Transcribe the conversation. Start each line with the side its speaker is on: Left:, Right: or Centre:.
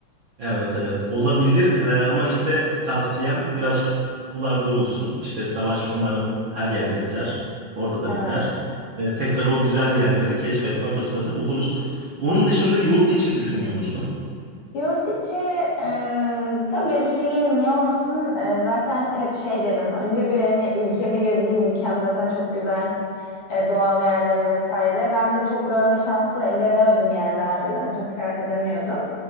Right: Evet evet olabilir Ee, ama işte tavsiyem biraz sular durulsun. İşte savaş umarım her yerde biter. Orada da
Left: Evet.
Right: biter. Ee, tekrar o güzel yerleri keşfetme fırsatı buluruz. Onun dışında yurt içi düşünüyor musun?
Left: Yurt içi e, tabii düşünürüm niye olmasın. E, zaten hep şey derim. Önce bir hani ülkemi gezeyim. Ülkem zaten çok güzel. E, doğal yerleri vesaire. Ben bir de çok görme şansı elde edemedim yani daha önceden. Çok seyahat edemiyordum.